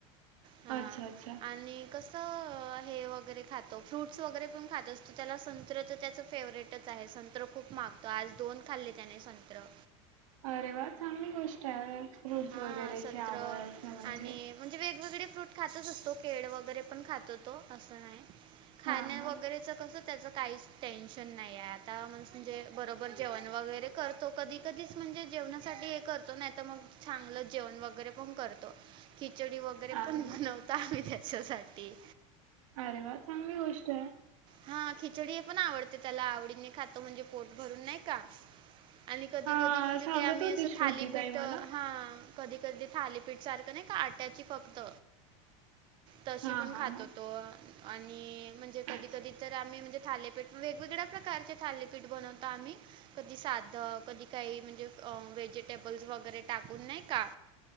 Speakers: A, on the right (about 30°); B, on the right (about 75°).
A: हा,
B: अच्छा अच्छा.
A: आणि कस हे वगैरे खातो, फ्रूट्स वगैरे पण खात असतो त्याला संत्र तर त्याच फेवरेटच आहे संत संत्र खूप मागतो आज दोन खाल्ले त्याने संत्र.
B: अरे वा! चांगली गोष्ट आहे, फ्रूट्स
A: हां,
B: वगैरेची
A: संत्र
B: आवड असणे म्हणजे.
A: आणि म्हणजे वेगवेगळे फ्रूट खातच असतो केळ वगैरे पण खातो तो, असं नाही खाण्या
B: हां हां.
A: वगैरेचं कस, त्याचं काहीच टेन्शन नाही आहे, आता मणस म्हणजे बरोबर जेवण वगैरे करतो कधी-कधीच म्हणजे जेवणासाठी हे कर तो नाही तर मग चांगलं जेवण वगैरे पण करतो, खिचडी वगैरे
B: अरे
A: पण
B: वा!
A: बनवतो आम्ही त्याच्यासाठी.
B: अरे वा! चांगली गोष्ट आहे.
A: हा खिचडी पण आवडते त्याला, आवडीने खातो म्हणजे पोट भरून नाही का आणि कधी-कधी
B: हां
A: म्हणजे
B: सांगत
A: ते आम्ही
B: होती
A: अस
B: श्रुतीताई
A: थालीपीठ अ,
B: मला.
A: हा कधी-कधी थालीपीठ सारखं नाही का, आट्याची फक्त तशी
B: हां
A: पण
B: हां
A: खातो
B: हां.
A: तो आणि म्हणजे
B: अच्छा.
A: कधी कधी तर आम्ही म्हणजे थालीपीठ वेगवेगळ्या प्रकारचे थालीपीठ बनवतो आम्ही कधी साध, कधी काही म्हणजे व्हेजिटेबल्स वगैरे टाकून नाही का?